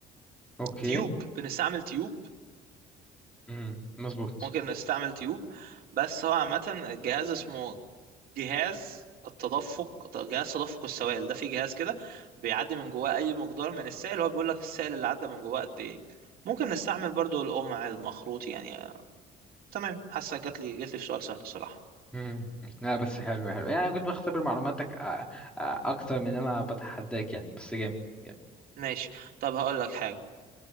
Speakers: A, in the centre; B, on the right.
A: أوكي
B: تيوب بنستعمل تيوب
A: مم، مظبوط
B: ممكن نستعمل تيوب بس هو عامة الجهاز اسمه جهاز التدفق جهاز تدفق السوائل ده في جهاز كده بيعدي من جواه اي مقدار من السائل هو بيقول لك السائل اللي عدى من جواه قد ايه ممكن نستعمل برضو القمع المخروط يعني آه، تمام حاسه جات لي جات لي في سؤال سهل الصراحه
A: مم. لا بس حلو حلو يعني أنا كنت بختبر معلوماتك أ- أ- اكتر من ان انا بتحداك يعني بس جامد جامد
B: ماشي طب هقول لك حاجه